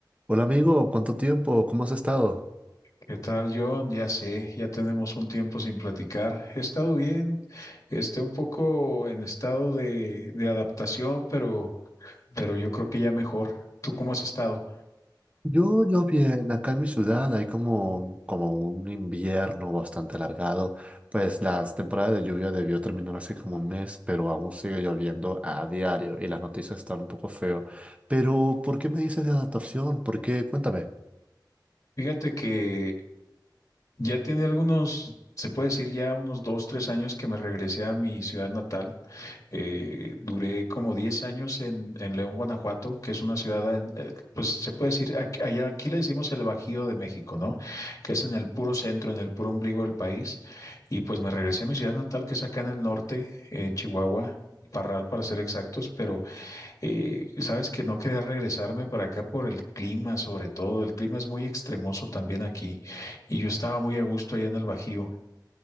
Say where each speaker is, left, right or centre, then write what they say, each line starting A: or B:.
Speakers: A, on the right; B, on the left.
A: Hola amigo, ¿cuánto tiempo? ¿Cómo has estado?
B: ¿Qué tal, John? Ya sé, ya tenemos un tiempo sin platicar. He estado bien, este, un poco en estado de, de adaptación, pero, pero yo creo que ya mejor. ¿Tú cómo has estado?
A: Yo, yo bien, acá en mi ciudad hay como, como un invierno bastante alargado, pues las temporadas de lluvia debió terminar hace como un mes, pero aún sigue lloviendo a diario y las noticias están un poco feo. Pero, ¿por qué me dices de adaptación? ¿Por qué? Cuéntame.
B: Fíjate que ya tiene algunos, se puede decir ya unos dos, tres años que me regresé a mi ciudad natal. Eh, duré como 10 años en, en León, Guanajuato, que es una ciudad, en, eh, pues se puede decir, aquí, allá, aquí le decimos el Bajío de México, ¿no? Que es en el puro centro, en el puro ombligo del país. Y pues me regresé a mi ciudad natal, que es acá en el norte, en Chihuahua. Parral para ser exactos, pero eh, sabes que no quería regresarme para acá por el clima, sobre todo. El clima es muy extremoso también aquí y yo estaba muy a gusto allá en el Bajío.